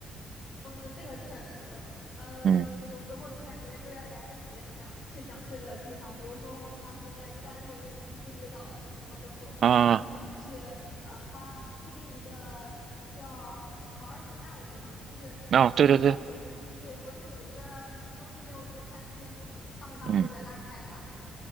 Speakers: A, on the left (about 60°); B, on the right (about 60°).
A: 嗯，这个确实，呃，
B: 嗯
A: 有时候就感觉有点来不及想去想去的地方，比如说我们当时在意大利的那个西西里岛停了之后，
B: 啊，
A: 我想去呃它附近一个叫陶尔米纳的地方，就是呃国对国内有一个综艺叫做《中餐厅》，
B: 啊，对对对，
A: 他们当时在那儿拍的，
B: 嗯